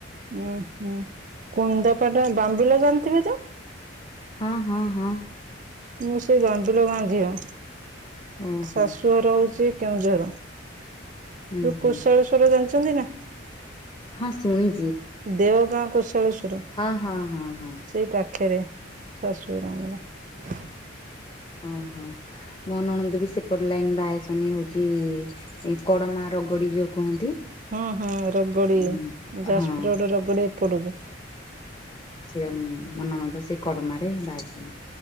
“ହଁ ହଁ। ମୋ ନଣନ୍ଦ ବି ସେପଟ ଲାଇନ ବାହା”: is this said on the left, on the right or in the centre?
Left